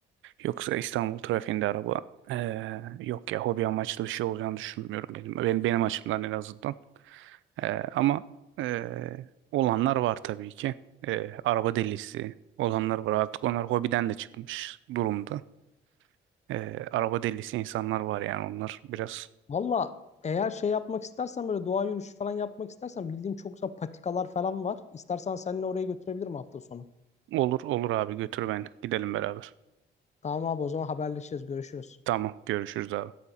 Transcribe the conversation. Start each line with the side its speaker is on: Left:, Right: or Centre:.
Right: Yoksa İstanbul trafiğinde araba eee, yok ya hobi amaçlı bir şey olacağını düşünmüyorum benim benim, benim açımdan en azından. Eee, ama eee, olanlar var tabii ki. Eee, araba delisi olanlar var artık onlar hobiden de çıkmış durumda. Eee, araba delisi insanlar var yani onlar biraz
Left: Valla eğer şey yapmak istersen böyle doğa yürüyüşü falan yapmak istersen bildiğim çok güzel patikalar falan var. İstersen seninle oraya götürebilirim hafta sonu.
Right: olur olur abi götür beni gidelim beraber.
Left: Tamam abi o zaman haberleşeceğiz. Görüşürüz.
Right: Tamam görüşürüz abi.